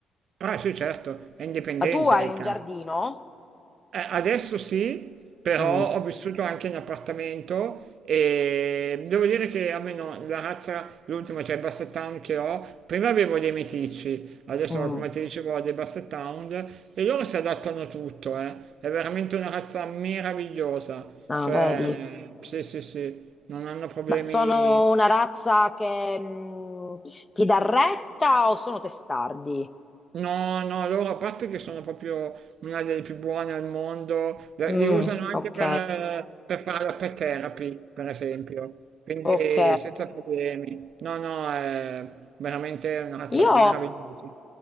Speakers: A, on the right; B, on the left.
A: Ah, sì, certo, è indipendente
B: Ma tu hai
A: il cane.
B: un giardino?
A: Eh, adesso sì, però
B: Mm,
A: ho vissuto anche in appartamento e devo dire che almeno la razza, l'ultima, cioè il Basset Hound che ho, prima avevo dei meticci, adesso
B: mm.
A: come ti dicevo ho dei Basset Hound e loro si adattano a tutto, eh. È veramente una razza meravigliosa.
B: No,
A: Cioè,
B: vedi.
A: sì, sì, sì, non hanno problemi
B: Ma sono una razza che mm, ti dà retta o sono testardi?
A: No, no, loro a parte che sono proprio una delle più buone al mondo, la-
B: Mm,
A: li usano anche
B: ok,
A: per, per fare la pet therapy, per esempio, quindi
B: ok.
A: senza problemi. No, no, è veramente una razza
B: Io,
A: meravigliosa.